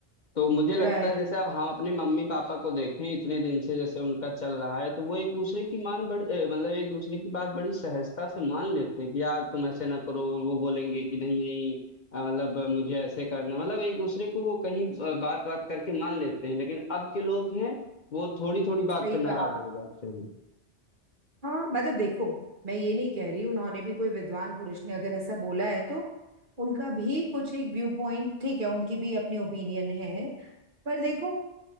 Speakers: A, on the left (about 45°); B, on the right (about 50°).
A: तो मुझे लगता
B: राइट
A: है जैसे अब हम अपने मम्मी पापा को देखें इतने दिन से जैसे उनका चल रहा है तो वो एक दूसरे की मान बड़ी ए, मतलब एक दूसरे की बात बड़ी सहजता से मान लेते हैं कि यार तुम ऐसे ना करो वो बोलेंगे कि नहीं नहीं अ, मतलब अ, मुझे ऐसे करना मतलब एक दूसरे को वो कहीं बात बात करके मान लेते हैं लेकिन अब के लोग हैं वो थोड़ी थोड़ी बात
B: सही
A: पे नाराज
B: कहा
A: हो जाते हैं
B: हाँ मतलब देखो मैं ये नहीं कह रही उन्होंने भी कोई विद्वान पुरुष ने अगर ऐसा बोला है तो उनका भी कुछ एक व्यू पॉइंट ठीक है उनकी भी अपनी ओपिनियन है पर देखो